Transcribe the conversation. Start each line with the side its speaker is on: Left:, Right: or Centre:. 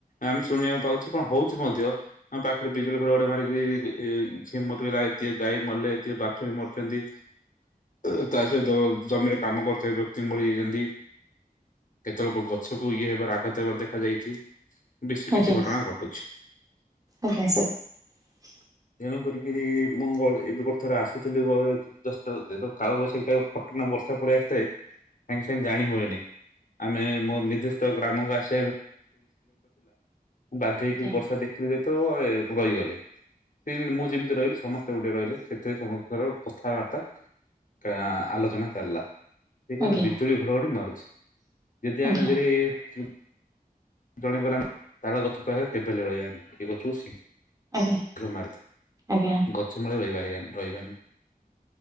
Left: ଆମେ ଶୁଣିବାକୁ ପାଉଛୁ କଣ ହଉଛି ମଧ୍ୟ ଆମ ପାଖରେ ବିଜୁଳି ଘଡଘଡି ମାରିକିି ସିଏ ମରିଗଲା ଏତେ ଗାଈ ମଲେ ବାଛୁରୀ ମରିଛନ୍ତି। <inaudible> ତା ସହିତ ଜମିରେ କାମ କରୁଥିବା ବ୍ୟକ୍ତି ମରି ଯାଇଛନ୍ତି। କେତେ ଲୋକ ଗଛକୁ ଇଏ ହେବାର ଆଘାତ ହେବାର ଦେଖା ଯାଇଛି। ବେଶୀ
Right: ଆଜ୍ଞା
Left: କିଛି ଘଟଣା ଘଟୁଛି।
Right: ଆଜ୍ଞା ସାର୍।
Left: ତେଣୁ କରିକି ମୁଁ ଗୋ ଏବେ ଗୋଟେ ଥରେ ଆସୁଥିଲି। ଦଶଟା ରାତିରେ କାଳବୈଶାଖୀ ଟାଇମ ରେ ଫଟକିଣା ବର୍ଷା ପଳେଇ ଆସିଥାଏ ସାଙ୍ଗେ ସାଙ୍ଗେ ଜାଣି ହୁଏନି। ଆମେ ମୋର ମୋ ନିଦ୍ଧିଷ୍ଟ ଗ୍ରାମକୁ ଆସି ବାଧ୍ୟ ହୋକିରି
Right: ଆଜ୍ଞା
Left: ବର୍ଷା ଦେଖିଲି ତ ଏ ଭଇଗଲି। ସେ ମୁଁ ଯେମିତି ରହିଲି ସମସ୍ତେ ଗୋଟେ ରହିଲେ ସେଥିରେ ସମସ୍ତଙ୍କର କଥାବାର୍ତ୍ତା ଆଲୋଚନା ଚାଲିଲା। ସିଏ କହିଲେ
Right: ଆଜ୍ଞା।
Left: ବିଜୁଳି ଘଡଘଡି ମାରୁଛି ଯଦି
Right: ଆଜ୍ଞା
Left: ଆମେ। <unintelligible> ଜଣେ ଗଲାନ ତାଳ ଗଛ ପାଖରେ କେବେଲେ ରହିବାନି ଏ ଗଛରୁୁ ସି
Right: ଆଜ୍ଞା
Left: ମାରିଥାଏ
Right: ଆଜ୍ଞା
Left: ଗଛ ମୂଳେ ରହିିବାର ରହିବାନି